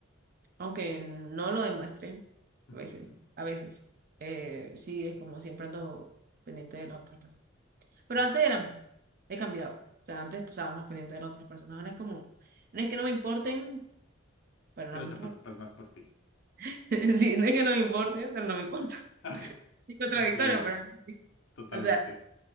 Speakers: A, on the right (about 45°); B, on the left (about 75°).
A: aunque no lo demuestre,
B: Ujú.
A: a veces, a veces, eh, sí es como siempre ando pendiente de las otras personas. Pero
B: Ok.
A: antes era, he cambiado, o sea, antes pues, estaba más pendiente de las otras personas, ahora es como, no es que no me importen, pero
B: Pero
A: no me
B: te
A: importa.
B: preocupas más por ti.
A: <laughs> Sí, no es que no me importe pero no me importa. <laughs>
B: <laughs>
A: Es contradictorio,
B: Increíble.
A: pero sí.
B: Totalmente.
A: O sea,